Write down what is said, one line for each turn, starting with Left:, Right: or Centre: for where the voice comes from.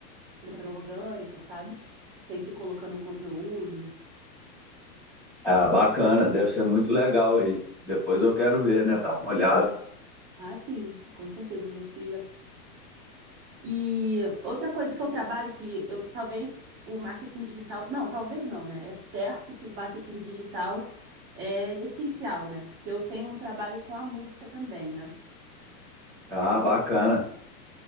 Right: alimentação orgânica, sabe? Sempre colocando um conteúdo.
Centre: Ah, bacana, deve ser muito legal aí. Depois eu quero ver, né? Dar uma olhada.
Right: Ah, sim, com certeza eu vou te E outra coisa que eu trabalho, que eu que talvez o marketing digital. Não, talvez não, né? É certo que o marketing digital é essencial, né? Eu tenho um trabalho com a música também, né?
Centre: Ah, bacana.